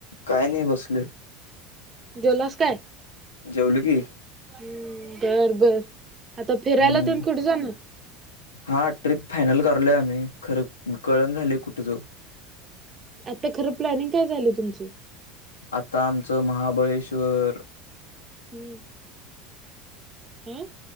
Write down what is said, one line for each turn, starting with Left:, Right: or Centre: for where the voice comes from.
Left: काय नाही बसलोय
Right: जेवलास काय
Left: जेवलो की
Right: हम्म बर आता
Left: हम्म
Right: फिरायला तेन कुठे जाणार?
Left: हा ट्रिप फायनल कर आम्ही खर कळण झाले कुठ जाऊ
Right: आता खरं प्लॅनिंग काय झालं तुमची
Left: आता आमचं महाबळेश्वर
Right: हम्म हम